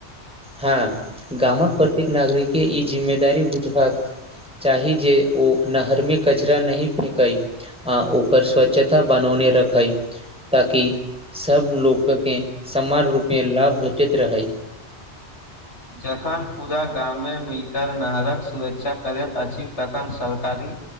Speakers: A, in the centre; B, on the left (about 85°).
A: ह गाम कऽ प्रत्येक नागरिकके ई जिम्मेदारी बुझबाक चाही जे ओ नहरमे कचरा नहि फेकय ओकर स्वच्छता बनौने रखै ताकि सभ लोक के समान रूप मे लाभ भेटैत रहै
B: जखन पूरा गाम मे मिलकर नहर कऽ सुरक्षा करैत अछि तखन सरकारी।